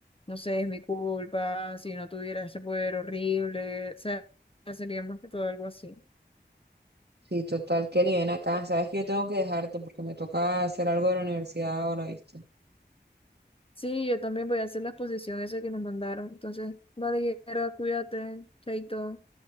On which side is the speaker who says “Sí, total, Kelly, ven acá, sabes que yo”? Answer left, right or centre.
Right